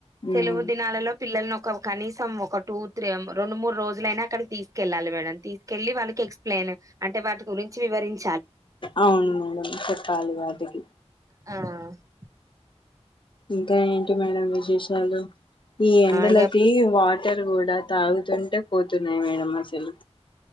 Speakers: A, on the right; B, on the left.
A: సెలవు
B: ఉమ్
A: దినాలలో పిల్లల్ని ఒక కనీసం ఒక టూ త్రీ రెండు మూడు రోజులైనా అక్కడ తీసుకెళ్ళాలి మేడం తీసుకెళ్ళి వాళ్ళ ఎక్స్ప్లెయిన్ అంటే వాటి గురించి వివరించ
B: అవును మేడం చెప్పాలి వాటికి
A: ఆ
B: ఇంకా ఏంటి మేడం విశేషాలు ఈ ఎండలకి
A: ఇగ
B: వాటి ఇద్దరు కూడా తాగుతుంటే పోతున్నాయి మేడం అసలు